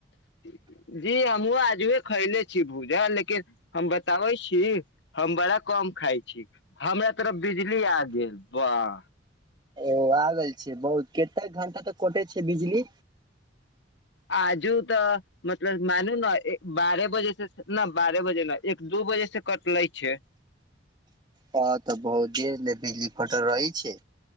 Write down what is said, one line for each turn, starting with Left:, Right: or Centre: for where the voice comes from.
Left: <unintelligible> जी हमहुँ आजुए खैले छी भूजा लेकिन हम बताबै छी हम बड़ा कम खाइ छी हमरा तरफ बिजली आ गेल बाह
Right: ओ आग गेल छै बहुत कतेक घंटा तऽ कटे छै बिजली
Left: आजू तऽ मतलब मानू ने बारह बजे से नहि बारह बजे न एक दू दु बजे से कटले छै
Right: हँ तऽ बहु जे बिजली कटल रहै छै